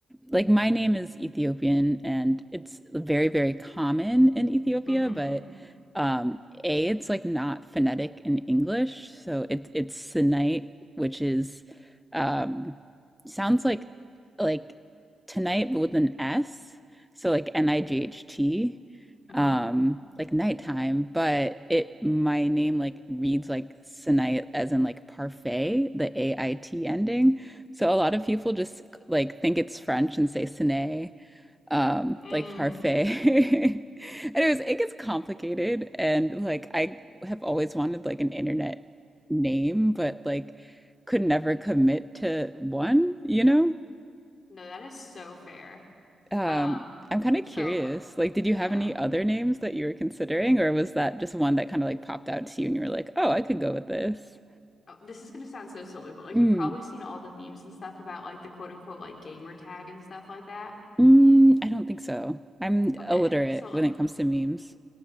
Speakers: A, in the centre; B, on the left.
A: like my name is Ethiopian and it's very, very common in Ethiopia,
B: Mm-hmm.
A: but um, A, it's like not phonetic in English. So it, it's Sinite, which is um, sounds like like tonight, but with an S. So like N-I-G-H-T,
B: Mm-hmm.
A: um, like nighttime, but it my name like reads like Sinite as in like parfait, the A-I-T ending. So a lot of people just like think it's French and say ciné, um,
B: Mm.
A: like parfait. <laughs> Anyways, it gets complicated and like I have always wanted like an internet name, but like could never commit to one, you know?
B: No, that is so fair.
A: Um,
B: Um,
A: I'm kind of
B: so
A: curious. Like, did you
B: yeah.
A: have any other names that you were considering, or was that just one that kind of like popped out to you and you were like, oh, I could go with this?
B: Oh, This is gonna sound so silly, but like
A: Mm.
B: you've probably seen all the memes and stuff about like the quote unquote like gamer tag and stuff like that.
A: Mm, I don't think so. I'm
B: Okay.
A: illiterate
B: So like
A: when it comes to memes.